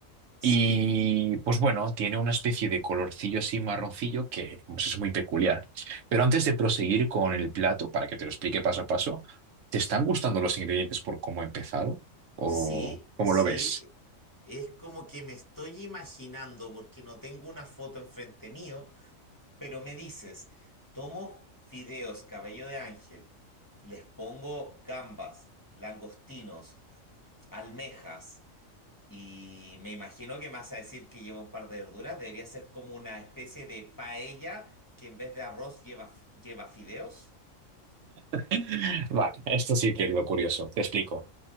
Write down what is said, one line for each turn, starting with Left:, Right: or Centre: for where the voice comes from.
Left: Sí,
Right: y pues bueno, tiene una especie de colorcillo así marroncillo que pues, es muy peculiar. Pero antes de proseguir con el plato, para que te lo explique paso a paso, ¿te están gustando los ingredientes por cómo he empezado? ¿O
Left: sí,
Right: cómo
Left: sí.
Right: lo ves?
Left: Es como que me estoy imaginando, porque no tengo una foto enfrente mío Pero me dices, tomo fideos cabello de ángel, les pongo gambas, langostinos, almejas y me imagino que me vas a decir que lleva un par de verduras. Debería ser como una especie de paella que en vez de arroz lleva, lleva fideos.
Right: <laughs> Vale, esto sí que es lo curioso. Te explico.